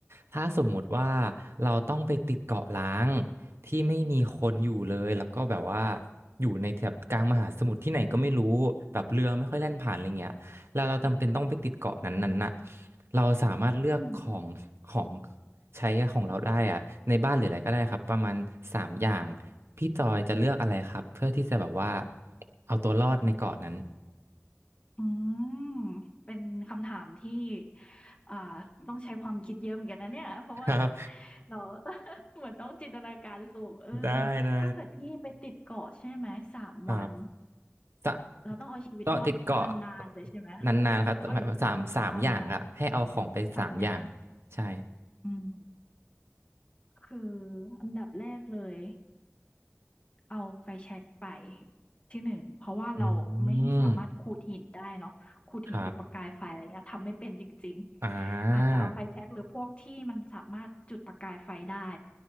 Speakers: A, on the right; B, on the left.
A: ถ้าสมมุติว่าเราต้องไปติดเกาะล้างที่ไม่มีคนอยู่เลยแล้วก็แบบว่าอยู่ในแถบกลางมหาสมุทรที่ไหนก็ไม่รู้แบบเรือไม่ค่อยแล่นผ่านอะไรเงี้ยแล้วเราจำเป็นต้องไปติดเกาะนั้นๆน่ะเราสามารถเลือกของของ
B: อ
A: ใช้ของเราได้อะในบ้านหรืออะไรก็ได้ครับประมาณสามอย่างพี่จอยจะเลือกอะไรครับเพื่อที่จะแบบว่าเอาตัวรอดในเกาะนั้น
B: ืมเป็นคำถามที่อ่าต้องใช้ความคิดเยอะเหมือนกันนะเนี่ยเพราะว่า
A: ครับ
B: เรา <laughs> เหมือนต้องจินตนาการสูงเออ
A: ได้ได้
B: ถ้าเกิดพี่ไปติดเกาะใช่ไหมสามวัน
A: ครับสะ
B: เราต้องเอาชีวิตรอดนานๆเลยใช่ไหม
A: เก็ติดเกาะนานๆครับหมายว่าสามสามอย่างอะให้เอาของไปสามอย่าง
B: เอ้ยเอานานๆสามอย่าง
A: ใช่
B: อืมคืออันดับแรกเลย เอาไฟแช็กไปที่หนึ่งเพราะว่าเราไม่สามารถขูดหินได้เนาะขูดหินเป็นประกายไฟอะไรเงี้ยทำไม่เป็นจริงๆอาจจะเอาไฟแช็กหรือพวกที่มันสามารถจุดประกายไฟได้
A: อืมครับอ่า